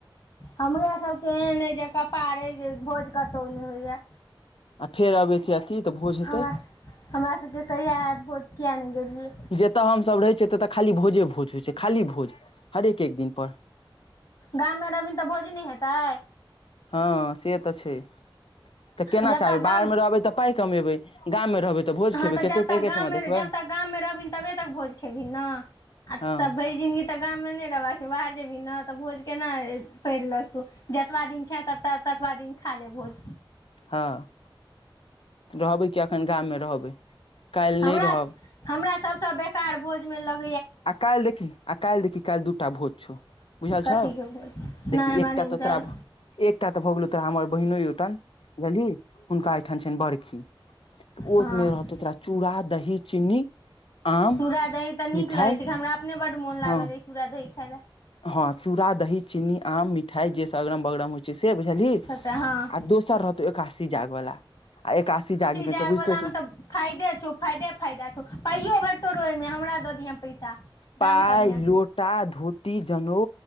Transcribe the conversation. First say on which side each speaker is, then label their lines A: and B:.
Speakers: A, on the left; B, on the left.
A: हमरा सभके एहन अइ जे कपार अइ जे भोज कतहु नहि होइए
B: फेर अबै छी अथी तऽ भोज
A: हमरा
B: हेतै
A: हमरा सबके कहिय भोज किया नहि गेलियै
B: जतऽ हमसभ रहै छियै ततऽ खाली भोजे भोज होइ छै खाली भोज हरेक एक दिन पर
A: गाममे रहभीन तऽ भोज नहि हेतै
B: हँ से तऽ छै तऽ केना
A: जब
B: चाहबै
A: तक गाम
B: बाहर मे रहबै तऽ पाइ कमेबै गाममे, रहबै भोज
A: हँ
B: खेबै
A: तऽ
B: कतौ
A: जबतक
B: एकेठमा
A: गाममे
B: देखबै
A: जबतक गाममे रहबी तबे तक भोज खेबी ने ' आ
B: हँ
A: त भरि जिनगी तऽ गाममे नहि रहबाका छै, बाहर जेबही ने तऽ भोज केना पढ़ लक तौ। जतबा दिन छै, तबा दिन खा ले भोज।
B: हँ, रहबै कि एखन गाममे रहबै काल्हि
A: हमरा
B: नहि रहब।
A: हमरा सभसँ बेकार भोजमे लग।
B: आ काल देखी। आ काल्हि देखि काल्हि दूटा भोज छौ, बुझल
A: कथीके
B: छौ,
A: भोज नहि
B: देखि
A: हमरा
B: एकटा
A: नहि बुझल
B: तऽ तोरा। एकटा तऽ भऽ गेलौ तोरा हमर बहिनो ओठनि बझलि हुनका एहिठाम छनि बड़खी। तऽ ओमे
A: हँ
B: रहतौ तोरा चूड़ा दही चीनी आम।
A: चूड़ा दही तऽ नीक
B: मिठाइ
A: लगैत छै, हमरा अपने बड़ मन लागल
B: हँ
A: अछि चूड़ा दही खाय ल।
B: हँ, चूड़ा दही चीनी आम मिठाइ जेसभ अगरम बगरम होइ छै, से बुझली।
A: लए तऽ हँ
B: आ दोसर रहतौ एकासी जाग वाला आ एकासी जागमे
A: हजार
B: तऽ
A: वाला
B: बुझते
A: मे
B: छौ
A: फायदे छौ, फायदे फायदाे छौ, पाइयो भटतौ रहौ हिमे हमरा दऽ दिहे पैसा। दान
B: पाइ
A: करिहे
B: लोटा धोती जनेउ